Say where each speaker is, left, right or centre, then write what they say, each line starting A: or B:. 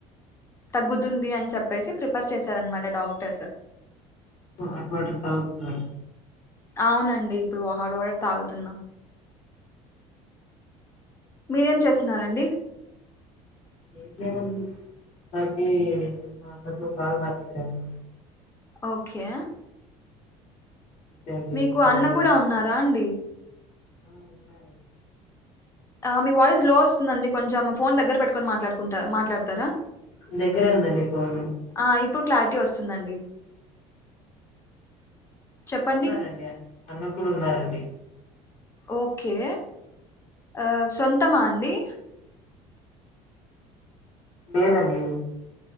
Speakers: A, on the left (about 20°); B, on the left (about 50°).
A: తగ్గుతుంది అని చెప్పేసి ప్రిఫర్ చేశారన్మాట డాక్టర్స్
B: హాట్ వాటర్ తాగుతున్నారు
A: అవునండి ఇప్పుడు హాడ్వాటర్ తాగుతున్నా మీరేం చేస్తున్నారండి
B: ఏంలేదండి ఇందాకే మా అన్నతో కాల్ మాట్లాడాను
A: ఓకే
B: అంతే అండి
A: మీకు
B: ఇప్పుడు ఖాళీ
A: అన్న కూడా ఉన్నారా అండి
B: ఆ ఉన్నారండి
A: ఆ మీ వాయిస్ లో వస్తుందండి కొంచం ఫోన్ దగ్గర పెట్టుకొని మాట్లాడ్ కుంటా మాట్లాడ్తారా
B: దగ్గరే ఉందండి ఫోన్
A: ఆ ఇప్పుడ్‌ క్లారిటీ వస్తుందండి చెప్పండి
B: ఉన్నారండి అన్న కూడా ఉన్నారండి
A: ఓకే ఆ సొంతమా అండీ
B: లేదండి